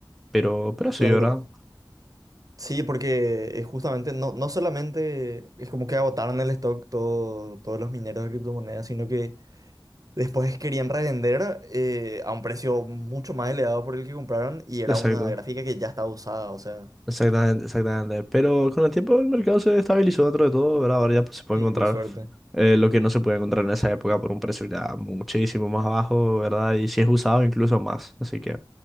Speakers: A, in the centre; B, on the right (about 45°).
A: Pero, pero sí,
B: claro.
A: ¿verdad?
B: Sí, porque eh, justamente no, no solamente es como que agotaron el stock todo- todos los mineros de criptomonedas, sino que después querían revender eh, a un precio mucho más elevado por el que compraron y era
A: Exacto.
B: una gráfica que ya estaba usada, o sea.
A: Exactamente, exactamente. Pero con el tiempo el mercado se estabilizó dentro de todo, ¿verdad? Ahora ya pues, se puede
B: Sí,
A: encontrar
B: por suerte.
A: eh, lo que no se puede encontrar en esa época por un precio ya muchísimo más bajo, ¿verdad? Y si es usado incluso más. Así que